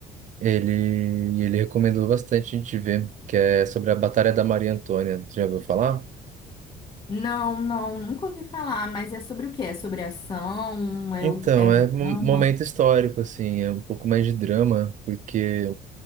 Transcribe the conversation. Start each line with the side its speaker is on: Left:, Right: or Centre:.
Right: Ele, ele recomendou bastante a gente ver, que é sobre a Batalha da Maria Antônia. Já ouviu falar?
Left: Não, não, nunca ouvi falar, mas é sobre o quê? É sobre ação? É,
Right: Então,
Left: o- é um
Right: é
Left: drama?
Right: um momento histórico, assim, é um pouco mais de drama, porque